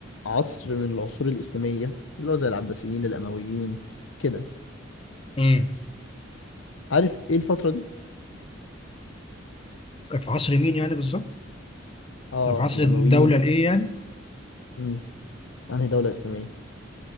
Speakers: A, on the left; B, on the left.
A: عصر من العصور الإسلامية اللي هو زي العباسيين الأمويين كده
B: مم.
A: عارف ايه الفترة دي؟
B: كانت في عصر مين يعني بالظبط؟
A: اه
B: كانت في عصر
A: الأمويين
B: الدولة الإيه يعني؟
A: امم انهي دولة إسلامية؟